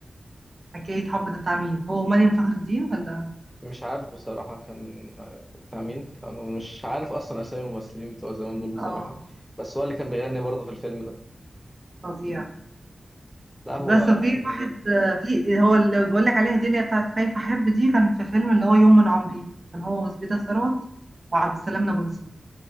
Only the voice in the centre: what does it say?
مش عارف بصراحة كان بتاع مين مش عارف أصلا أسامي الممثلين بتوع زمان دول بصراحة
بس هو اللي كان بيغني برضه في الفيلم ده
لا هو
جميل